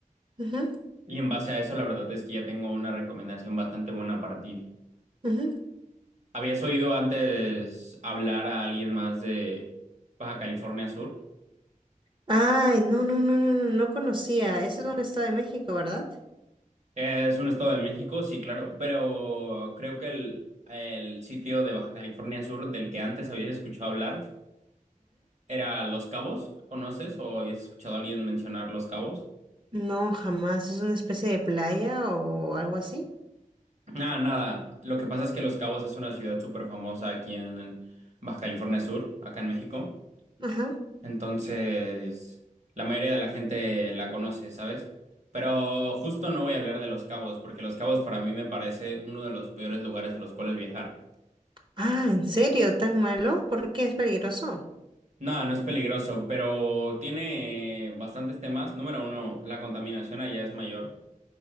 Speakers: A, on the right; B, on the right.
A: Ujú,
B: y en base a eso, la verdad es que ya tengo una recomendación bastante buena para ti.
A: ujú.
B: ¿Habías oído antes hablar a alguien más de Baja California Sur?
A: Ay, no, no, no, no, no, no conocía, eso es un estado de México, ¿verdad?
B: Es un estado de México, sí, claro, pero creo que el, el sitio de Baja California Sur del que antes habías escuchado hablar era Los Cabos. ¿Conoces o habías escuchado a alguien mencionar Los Cabos?
A: No, jamás. ¿Es una especie de playa o algo así?
B: Nada, nada. Lo que pasa es que Los Cabos es una ciudad súper famosa aquí en, en Baja California Sur, acá en México.
A: Ajá.
B: Entonces, la mayoría de la gente la conoce, ¿sabes? Pero justo no voy a hablar de Los Cabos, porque Los Cabos para mí me parece uno de los peores lugares a los cuales viajar.
A: Ah, ¿en serio? ¿Tan malo? ¿Por qué es peligroso?
B: No, no es peligroso, pero tiene bastantes temas. Número uno, la contaminación allá es mayor.